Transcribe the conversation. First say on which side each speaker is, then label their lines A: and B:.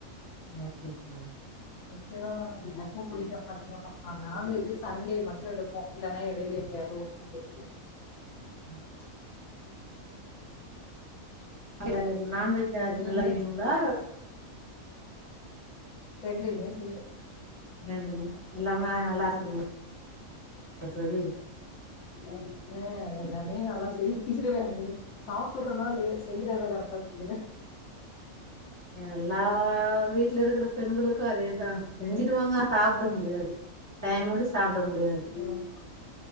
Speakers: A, on the left; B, on the left.
A: ஓகே தோழி
B: <inaudible> நிச்சயமா எனக்கு புடிக்கு அதிகமா நான்வெஜ் சண்டே மட்டு எடுப்போ இல்லன்னா எடையில <unintelligible>
A: <inaudible> அல்ல நான்வெஜ் அது
B: நீங்க?
A: நல்லா செய்வீங்ளா
B: ரெண்டுமே செய்வே
A: ரெண்டுமே எல்லாமே நல்லா இருக்குங்ள தோழி
B: அங்ஙே எல்லாமே நல்லா செஞ்சுருவே சாப்பற்னோ இல்லையோ செய்யறத கரெக்டா செஞ்சிருவே
A: எல்லா வீட்ல இருக்குற பெண்களுக்கு அதேதா செஞ்சிடு வாங்க சாப்ட முடியாது டைமுக்கு சாப்ட முடியாது
B: ஆமா